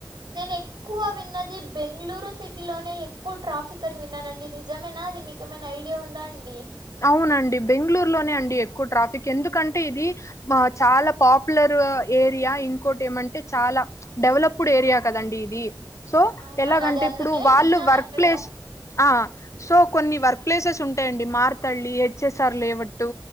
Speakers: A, on the right; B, on the left.
A: నేను ఎక్కువ విన్నది బెంగళూరు సిటీలోనే ఎక్కువ ట్రాఫికనీ విన్నానండి నిజమేనా అది మీకమైనా ఐడియా ఉందా అండి
B: అవునండి బెంగళూరులోనే అండి ఎక్కువ ట్రాఫిక్ ఎందుకంటే ఇది చాలా పాపులర్ ఏరియా ఇంకోటి ఏమంటే చాలా డెవలప్డ్ ఏరియా కదండి ఇది సో
A: అవునవును
B: ఎలాగంటే
A: అదే అందుకే
B: ఇప్పుడు వాళ్ళు
A: విన్నాను
B: వర్క్
A: అక్కడే
B: ప్లేస్ ఆ సో కొన్ని వర్క్ ప్లేసెస్ ఉంటాయండి మార్ తల్లి హెచ్ఎస్ఆర్ లేవట్టు